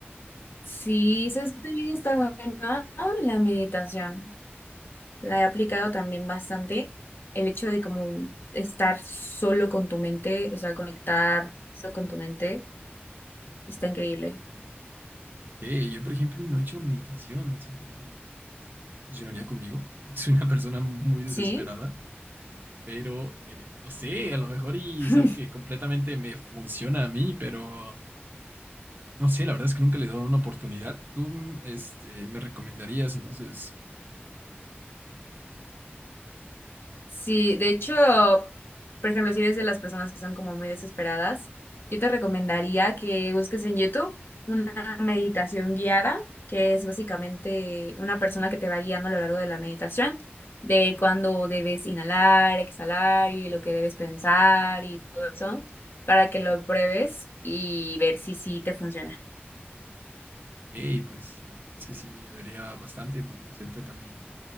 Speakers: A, on the left (about 60°); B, on the right (about 50°).
A: sí, sabes que también está buena la meditación. La
B: La
A: he aplicado
B: meditación.
A: también bastante. El hecho de como estar solo con tu mente, o sea, conectar solo con tu mente, está increíble.
B: Que yo, por ejemplo, no he hecho meditación. Siento que es algo que no funcionaría conmigo, <laughs> porque soy una persona muy desesperada.
A: ¿Sí?
B: Pero, eh, no sé, a lo mejor y es
A: <laughs>
B: algo que completamente me funciona a mí, pero no sé, la verdad es que nunca le he dado una oportunidad. Tú, mm, este, me recomendarías, entonces,
A: Sí, de hecho, por ejemplo, si eres de las personas que son como muy desesperadas, yo te recomendaría que busques en YouTube una meditación guiada, que es básicamente una persona que te va guiando a lo largo de la meditación, de cuándo debes inhalar, exhalar y lo que debes pensar y todo eso, para que lo pruebes y ver si sí te funciona.
B: hey, pues la verdad es que sí me ayudaría bastante, porque pues ahorita también,